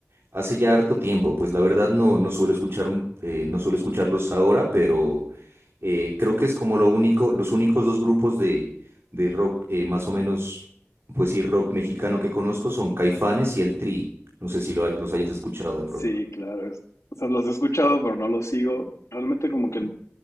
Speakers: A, on the right; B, on the left.
A: Hace ya harto tiempo, pues la verdad no, no suelo escuchar, eh, no suelo escucharlos ahora, pero eh, creo que es como lo único, los únicos dos grupos de, de rock, eh, más o menos, pues sí, rock mexicano que conozco son Caifanes y el Tri. No sé si lo, los hayas escuchado de pronto.
B: Sí, claro, es- o sea, los he escuchado, pero no los sigo. Realmente como que